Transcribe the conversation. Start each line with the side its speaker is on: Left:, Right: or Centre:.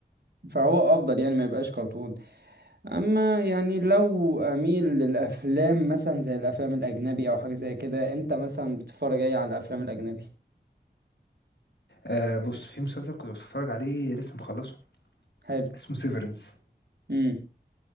Right: فهو افضل يعني ما يبقاش كرتون اما يعني لو اميل للافلام مثلا زي الافلام الاجنبي او حاجة زي كده انت مثلا بتتفرج ايه على الافلام الاجنبي
Left: آه بص في مسلسل كنت بتفرج عليه لسه مخلصه
Right: حلو
Left: اسمه سيفرنس
Right: امم